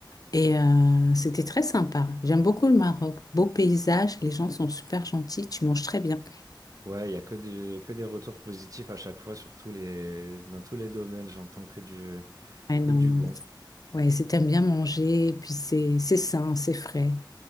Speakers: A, on the left (about 50°); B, on the right (about 45°).
A: Et euh, c'était très sympa. J'aime beaucoup le Maroc. Beau paysage, les gens sont super gentils, tu manges très bien.
B: Ouais, il y a que du, que des retours positifs à chaque fois sur tous les, dans tous les domaines. J'entends que du,
A: Ouais,
B: que
A: non,
B: du
A: non.
B: bon.
A: Ouais, si t'aimes bien manger, puis c'est c'est sain, c'est frais.